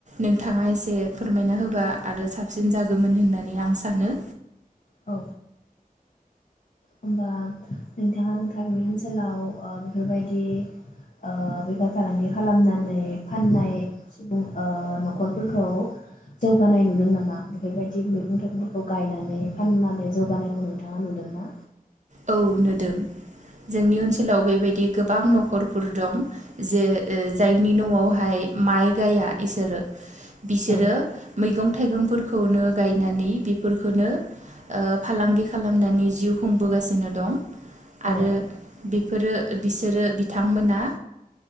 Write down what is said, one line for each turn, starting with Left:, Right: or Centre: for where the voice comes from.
Right: नोंथाङा एसे फोरमायना होबा आरो साबसिन जागौमोन होननानै आं सानो।
Left: औ होमबा नोंथाङा नोंथांनि ओनसोलाव ओ बेफोरबायदि ओ बेफार फालांगि खालामनानै फाननाय सुबुं ओ नखरफोरखौ जौगानाय नुदों नामा बेफोरबायदि मैगं थाइगंफोरखौ गायनानै फाननानै जौगानायखौ नोंथाङा नुदोंना
Right: औ नुदों जोंनि
Left: औ
Right: ओनसोलाव बेबायदि गोबां नखरफोर दं जे ओ जाय नि नआवहाय माइ गाया इसोरो बिसोरो
Left: औ
Right: मैगं थाइगंफोरखौनो गायनानै बेफोरखौनो ओ फालांगि खालामनानै जिउ खुं बोगासिनो दं आरो
Left: औ
Right: बिफोरो बिसोरो बिथांमोना